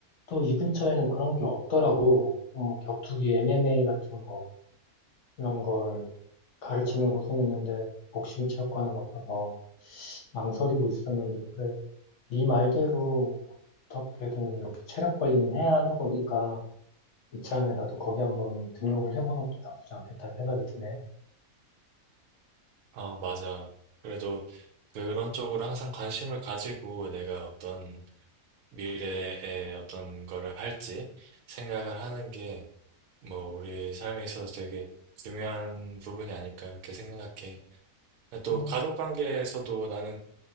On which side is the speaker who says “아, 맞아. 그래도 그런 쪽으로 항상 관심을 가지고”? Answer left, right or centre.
Right